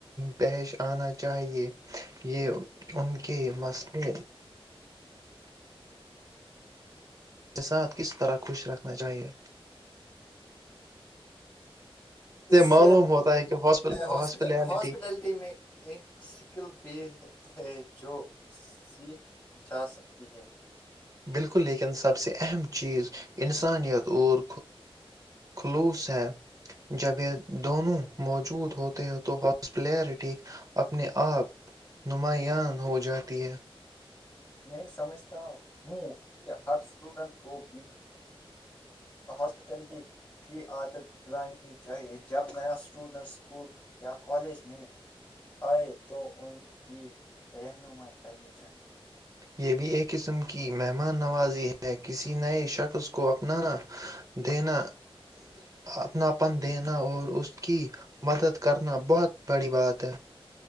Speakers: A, on the right (about 35°); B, on the left (about 25°).
A: پیش آنا چاہیے یہ ان کے مسئلے کے ساتھ کس طرح خوش رکھنا چاہیے
B: اس
A: معلوم
B: سے
A: ہوتا ہے کہ ہاسپل
B: ہسپ
A: ہاسپٹیلٹی
B: ہاسپٹلٹی میں ایک سکل بھی ہے جو سیکھ جا سکتی ہے
A: بالکل لیکن سب سے اہم چیز انسانیت اور خلوص ہے جب یہ دونوں موجود ہوتے ہیں تو ہاسپلییرٹی اپنے آپ نماان ہو جاتی ہے
B: میں سمجھتا ہوں کہ ہر اسٹوڈنٹ کو بھی ہاسپٹلٹی کی عادت دلانی چاہئے جب نیا اسٹوڈنٹ اسکول یا کالج میں آئے تو ان کی رہنمائی کرنی چاہیئے
A: یہ بھی ایک قسم کی مہمان نوازی ہے کسی نئے شخص کو اپنا دینا اپناپن دینا اور اس کی مدد کرنا بہت بڑی بات ہے